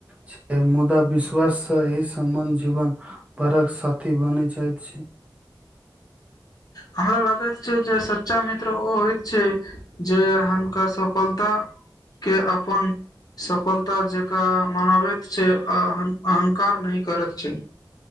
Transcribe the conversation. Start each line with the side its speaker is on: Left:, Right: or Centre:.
Right: छै मुदा विश्वास सँ एहि सम्बन्ध जीवन बरक साथी बनि जाइत छी
Left: हमरा लागैत छै जे सच्चा मित्र ओ होइत छै जे हुनका सफलताके अपन सफलता जकाँ मनाबैत छै आ अहंकार नहि करैत छै।